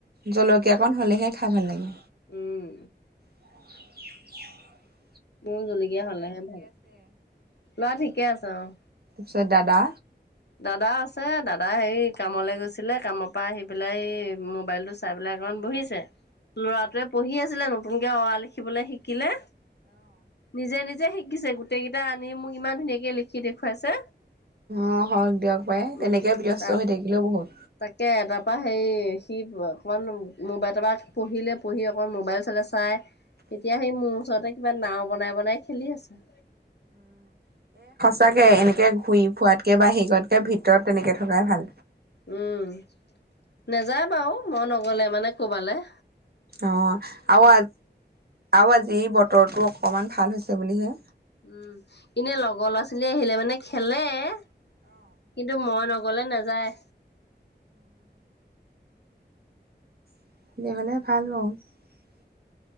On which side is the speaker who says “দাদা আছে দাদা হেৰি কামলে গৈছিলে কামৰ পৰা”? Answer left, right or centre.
Left